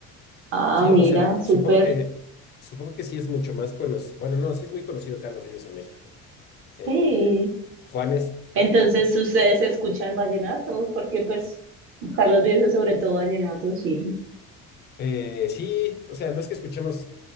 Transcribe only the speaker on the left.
Sí,
o sea,
supongo que, supongo que sí es mucho más conocido. Bueno, no, sí es muy conocido Carlos Vives en México. Eh,
Juanes también.
Eh, sí, o sea, no es que escuchemos